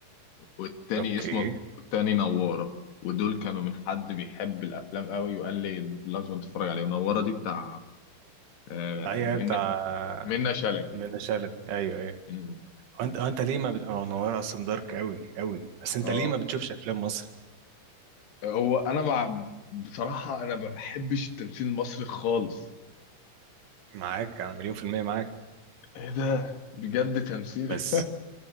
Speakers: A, on the left; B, on the right.
A: والتاني
B: اوكي
A: اسمه والتاني نوارة ودول كانوا من حد بيحب الافلام قوي وقال لي لازم تتفرج عليهم نوارة دي بتاع آه،
B: ايوه
A: منة
B: بتاع
A: منة شلبي
B: منة شلبي ايوه ايوه
A: مم.
B: وانت انت ليه ما بت... أو نوار اصلا دارك قوي قوي بس انت
A: اه
B: ليه ما بتشوفش افلام مصري
A: هو انا مع بصراحة انا ما بحبش التمثيل المصري خالص
B: معاك انا مليون في المية معاك
A: ايه ده بجد تمثيل
B: بس